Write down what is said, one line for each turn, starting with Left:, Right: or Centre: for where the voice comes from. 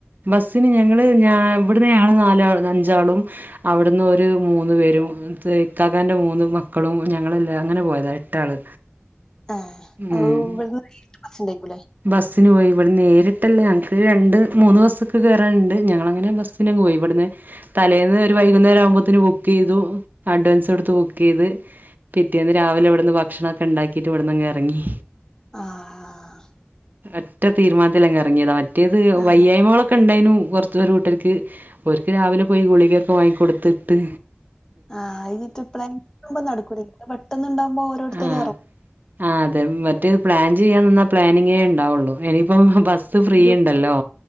Right: ബസ്സിന് ഞങ്ങള് ഞ ഇവിടന്ന് ഞങ്ങള് നാല് ഞ്ചളും. അവിടുന്ന് ഓര് മൂന്ന് പേരും. ഇക്കാക്കാൻ്റെ മൂന്ന് മക്കളും ഞങ്ങളെല്ലാം അങ്ങനെ പോയതാ എട്ടാള്
Left: ആഹ്
Right: ഉം
Left: ഇവിടുന്ന് നേരിട്ട് ബസ്ണ്ടായിക്കുംല്ലേ?
Right: ബസ്സിന് പോയി ഇവിടെ നേരിട്ടല്ല ഞങ്ങൾക്ക് രണ്ട് മൂന്ന് ബാസൊക്കെ കേറാനുണ്ട് ഞങ്ങളങ്ങനെ ഞാൻ ബസിന് പോയി എവിടന്ന് തലേന്ന് വൈകുന്നേരം ആവുമ്പോത്തിനു ബുക്ക് ചെയ്തു അഡ്വാൻസ് കൊടുത്ത് ബുക്ക് ചെയ്ത് പിറ്റേന്ന് രാവിലെ ഇവിടുന്ന് ഭക്ഷണൊക്കെ ഉണ്ടാക്കിട്ട് ഇവിടന്നങ് എറങ്ങി.
Left: ആഹ് ആഹ്.
Right: ഒറ്റ തീരുമാനത്തില് അങ്ങേറങ്ങിയതാ മറ്റേത്
Left: ആഹ്
Right: വയ്യായ്മകളൊക്കെ ഉണ്ടായിനു കുറ ഒരു കൂട്ടർക്ക് ഓർക്ക് രാവിലെ പോയി ഗുളികൊക്കെ വാങ്ങികൊട്ത്ത്ട്ട്
Left: ആഹ് ന്നിട്ട് ഇപ്പളവുമ്പോ നടക്കൂ പെട്ടന്നുണ്ടാവുമ്പോ ഓരോരുത്തരും
Right: ആഹ്
Left: എറ
Right: ആഹ് അതെ മറ്റേത് പ്ലാൻ ചെയ്യാൻന്നാ പ്ലാനിങ്ങേ ണ്ടാവൊള്ളൂ ഇനിയിപ്പ ബസ് ഫ്രീ
Left: ഗ്രൂപ്പൊക്കെ
Right: ഇണ്ടല്ലോ